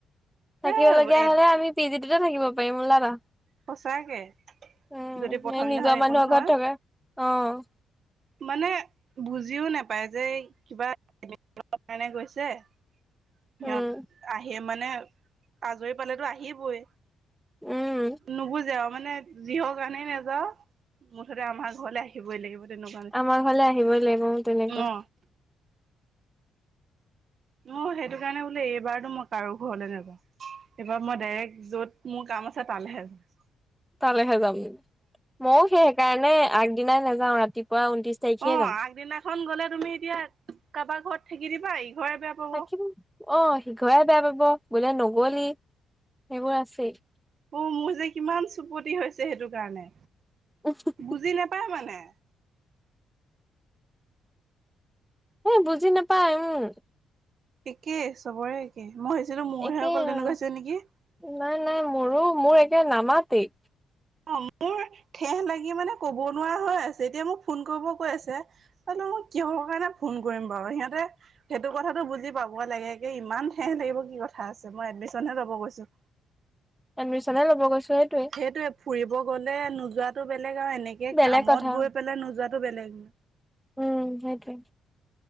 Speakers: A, in the centre; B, on the right.
A: থাকিব
B: এ
A: লগীয়া
B: এ
A: হলে আমি পিজিটোতে থাকিব পাৰিম ওলাবা।
B: সঁচাকে
A: উম,
B: যদি প্ৰথম
A: সেই নিজৰ
B: দিনাখন একো
A: মানুহৰ
B: নহয়
A: ঘৰত থকা অ'
B: মানে বুজিও নাপায় যে, এই কিবা কাৰণে গৈছে। সিহঁত
A: উম
B: আহি মানে আজৰি পালেতো আহিবই।
A: উম
B: নুবুজে আৰু মানে। যিহৰ কাৰণেই নেযাও, মুঠতে আমাৰ ঘৰলৈ আহিবই লাগিব। তেনেকুৱা
A: আমাৰ ঘৰলে আহিবই লাগিব। উম তেনেকুৱা!
B: নিচিনা। অ অ' সেইটো কাৰণে বোলে এইবাৰতো মই কাৰো ঘৰলে নাযাওঁ। এইবাৰ মই ডাইৰেক্ট য'ত মোৰ কাম আছে তালেহে যা
A: তালেহে যাম! ময়ো সেই সেইকাৰণে আগদিনাই নাযাওঁ। ৰাতিপুৱাই ঊনত্ৰিশ তাৰিখে
B: অ'
A: যাম
B: আগদিনাখন গলে তুমি এতিয়া কাবাৰ ঘৰত থাকি দিবা। ইঘৰে বেয়া পাব
A: থাকিম,
B: অ
A: অ' সিঘৰে বেয়া পাব বোলে নগলি সেইবোৰ আছেই।
B: অ' মোৰ যে কিমান চুপতি হৈছে সেইটো কাৰণে।
A: <unintelligible>
B: বুজি নাপায় মানে।
A: এ বুজি নাপায়। উম'!
B: একে চবৰে একেই। মই ভাবিছিলো মোৰহে
A: একেই
B: অকল
A: আৰু
B: তেনেকুৱা হৈছে নেকি?
A: নাই নাই, মোৰো-মোৰ একে নামাতেই।
B: অ' মোৰ ঠেহ লাগি মানে ক'ব নোৱাৰা হৈ আছে। এতিয়া মোক ফোন কৰিব কৈ আছে। <unintelligible> কিহৰ কাৰণে ফোন কৰিম বাৰু! সিহঁতে সেইটো কথাটো বুজি পাব লাগে। এ ইমান ঠেহ লাগিব কি কথা আছে, মই এডমিশ্যনহে ল'ব গৈছোঁ।
A: এডমিশ্যনহে লব গৈছো সেইটোৱে।
B: সেইটোয়ে, ফুৰিব গ'লে নোযোৱাটো বেলেগ আৰু এনেকে
A: বেলেগ
B: কামত
A: কথা
B: গৈ পেলাই নোযোৱাতো বেলেগ।
A: উম, সেইটোৱে